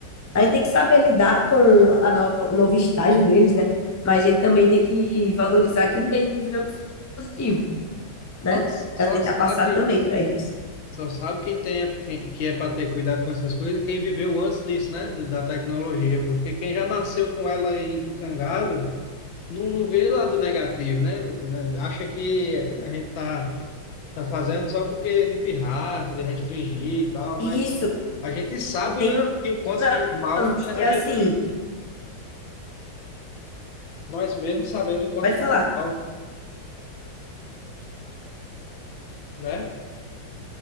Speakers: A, on the left; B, on the left.
A: A gente tem que saber lidar com a nova, o novo estágio deles, né? Mas a gente também tem que valorizar aquilo que a gente viveu que foi positivo, né?
B: Só, só
A: Para tentar
B: sabe,
A: passar também para eles.
B: só sabe quem tem, quem, que é para ter cuidado com essas coisas, e quem viveu antes disso, né? do- Da tecnologia, porque quem já nasceu com ela aí encangada. não, não vê lado negativo, né? Acha que a gente tá, tá fazendo só porque é de pirraça, de restringir e tal,
A: E
B: mas
A: isso
B: a gente sabe
A: tem uns
B: que o quanto faz mal,
A: alunos
B: né?
A: que,
B: a
A: assim,
B: gente, nós mesmos sabemos o quanto
A: pode falar.
B: faz mal, né?